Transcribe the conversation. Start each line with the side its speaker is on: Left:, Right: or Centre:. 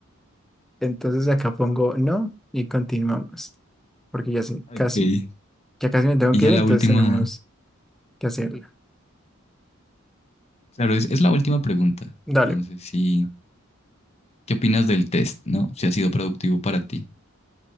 Centre: Entonces acá pongo no y continuamos, porque ya sí,
Left: Ok.
Centre: casi,
Left: Y
Centre: ya casi me tengo
Left: ya
Centre: que ir,
Left: la
Centre: entonces
Left: última.
Centre: tenemos que hacerla.
Left: Claro, es, es la última pregunta.
Centre: Dale.
Left: Entonces, sí. ¿Qué opinas del test, no? Si ha sido productivo para ti.